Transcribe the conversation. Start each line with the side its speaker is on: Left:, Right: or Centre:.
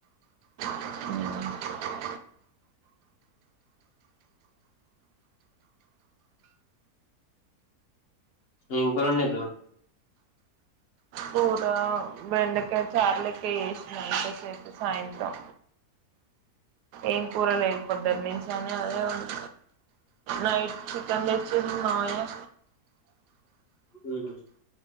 Right: హ్
Left: ఇంకో రెండు నెలలు
Right: కూరబెండకాయ చారూ లెక్క చేసినవ అంతసేపు సాయంత్రం ఏం కూరలేదు పొద్దున్నుంచి అని అదే ఉంది నైట్ చికెన్ తెచ్చిండు మామయ్యా
Left: ఉహ్